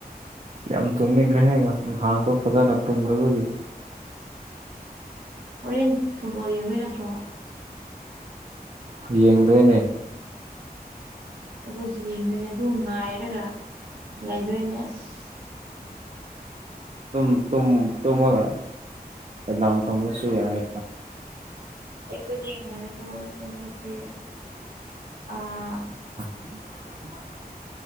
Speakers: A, on the right (about 45°); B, on the right (about 75°).
A: ꯌꯥꯝ ꯇꯨꯝꯅꯤꯈ꯭ꯔꯦꯍꯦ ꯅꯍꯥꯟꯗꯣ ꯐꯖꯅ ꯇꯨꯝꯗꯕꯒꯤ
B: ꯍꯣꯔꯦꯟ ꯐꯨꯠꯕꯣꯜ ꯌꯦꯡꯗꯣꯏ ꯅꯠꯇ꯭ꯔꯣ
A: ꯌꯦꯡꯗꯣꯏꯅꯦ
B: ꯑꯩꯈꯣꯏꯁꯨ ꯌꯦꯡꯗꯣꯏꯅꯦ ꯑꯗꯨ ꯉꯥꯏꯔꯒ ꯂꯩꯗꯣꯏꯅꯦ ꯑꯁ
A: ꯑꯗꯨꯝ ꯇꯨꯝ ꯇꯨꯝꯃꯒ ꯑꯦꯂꯥꯝ ꯊꯝꯃꯁꯨ ꯌꯥꯏ
B: ꯑꯩꯈꯣꯏꯗꯤ ꯉꯟꯂꯁꯨ ꯇꯨꯝꯕꯁꯦ ꯑꯥ
A: <inaudible>